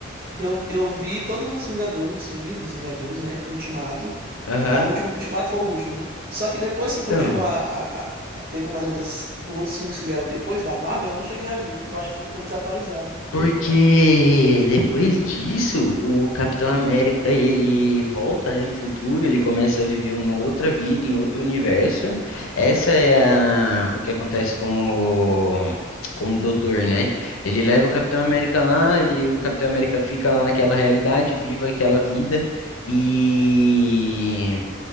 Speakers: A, on the right; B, on the left.
A: Eu, eu vi todos os Vingadores, os filmes dos Vingadores, né? Ultimato.
B: Aham.
A: A última, Ultimato foi o último, né? Só que depois
B: Então.
A: que continuou a, a- a- teve mais outras outros filmes que vieram depois da Marvel, eu não cheguei a ver. Eu acho que eu tô desatualizado.
B: Porque depois disso, o Capitão América ele volta, né, pro futuro, ele começa a viver uma outra vida em outro universo. Essa é a, o que acontece com o, com o Doutor, né? Ele leva o Capitão América lá, ele, o Capitão América fica lá naquela realidade, viva aquela vida e